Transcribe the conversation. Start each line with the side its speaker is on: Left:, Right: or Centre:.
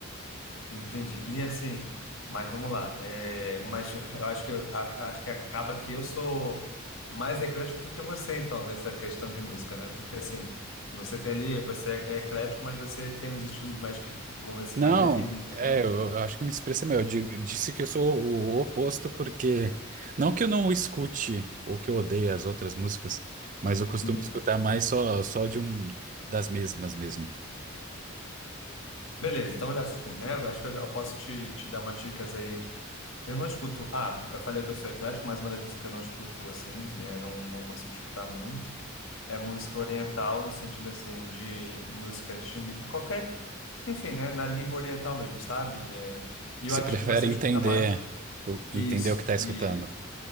Left: entendi. E assim, mas vamos lá. É, mas <laughs> eu acho que eu- a- acho que acaba que eu sou mais eclético do que você, então, nessa questão de música, né? Porque assim, você tem ali, você é eclético, mas você tem os estilos mais que, vamos dizer assim,
Right: Não,
Left: mais definidos,
Right: é,
Left: né?
Right: eu, eu acho que eu me expressei mal. Eu di- disse que eu sou o oposto, porque não que eu não escute ou que eu odeie as outras músicas, mas eu costumo
Left: Uhum.
Right: escutar mais só, só de um das mesmas mesmo.
Left: Beleza, então já assim, né? Acho que eu, já- eu posso te, te dar umas dicas aí. Eu não escuto. Ah, eu falei que eu sou eclético, mas uma das músicas que eu não escuto assim, né? Não, não consigo escutar muito. é música oriental, no sentido assim, de música chinesa, qualquer, enfim, né, na língua oriental mesmo, sabe? É, e
Right: Você
Left: eu acho
Right: prefere
Left: que você
Right: entender,
Left: escuta mais
Right: o- entender
Left: isso,
Right: o que tá escutando.
Left: isso,